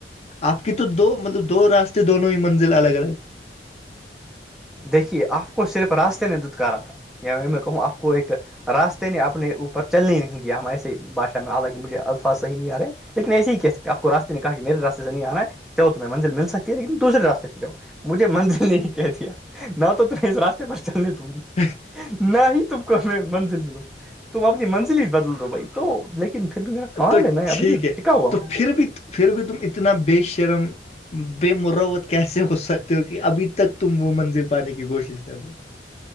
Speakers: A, on the left (about 35°); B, in the centre.
A: آپ کی تو دو مطلب دو راستے دونوں ہی منزل الگ الگ
B: دیکھیے آپ کو صرف راستے نے دتکارا تھا ی میں کہوں آپ کو ایک راستے نے اپنے اوپر چلنے نہیں دیا ہم ایسے باشا میں حالانکہ مجھے الفاظ صحیح نہیں آ رہے لیکن ایسے ہی کہ آپ کو راستے نے کہا کہ میرے راستے سے نہیں آنا ہے چلو تمہیں منزل مل سکتی ہے لیکن دوسرے راستے سے جاؤ منزل نے ہی کہہ دیا نہ تو تمہیں اس راستے پر چلنے دوں گی
A: ہوں
B: نہ ہی تم کو ہمیں منزل ملوں تم اپنی منزل ہی بدل دو بھائی تو لیکن پھر بھی میرا کال
A: تو
B: ہےنا میں ابھی
A: ٹھیک
B: بھی
A: ہے
B: ٹکا ہواہو
A: تو پھر بھی پھر بھی تم اتنا بے شرم بے موراوت کیسے ہو سکتے ہو کہ ابھی تک تم وہ منزل پانے کی کوشش کر رہے